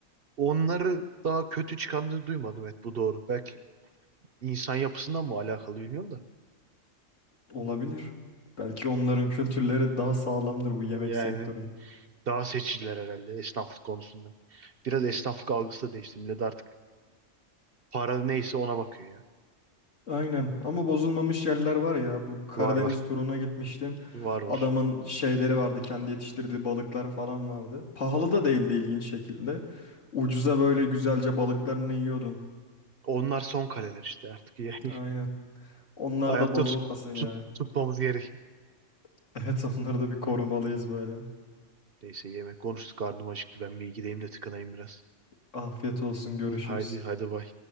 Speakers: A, on the right; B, on the left.
A: Onları daha kötü çıkandığını duymadım evet bu doğru. Belki insan yapısından mı alakalı bilmiyorum da.
B: Olabilir. Belki onların kültürleri daha sağlamdır bu yemek
A: Yani
B: sektöründe.
A: daha seçiciler herhalde esnaflık konusunda. Biraz esnaflık algısı da değişti. Millet artık Para neyse ona bakıyor ya.
B: Aynen ama bozulmamış yerler var ya bu Karadeniz
A: Var var.
B: turuna gitmiştim.
A: Var var.
B: Adamın şeyleri vardı kendi yetiştirdiği balıklar falan vardı. Pahalı da değildi ilginç şekilde. Ucuza böyle güzelce balıklarını yiyordun.
A: Onlar son kaleler işte artık. <laughs> Yani
B: Aynen. Onlar
A: ayakta
B: da bozulmasın
A: tut,
B: ya.
A: tut, tutmamız gerek.
B: <laughs> Evet onları da bir korumalıyız
A: Hı.
B: böyle.
A: Neyse yemek konuştuk. Karnım acıktı. Ben bir gideyim de tıkanayım biraz.
B: Afiyet olsun görüşürüz.
A: Hı, haydi haydi bay.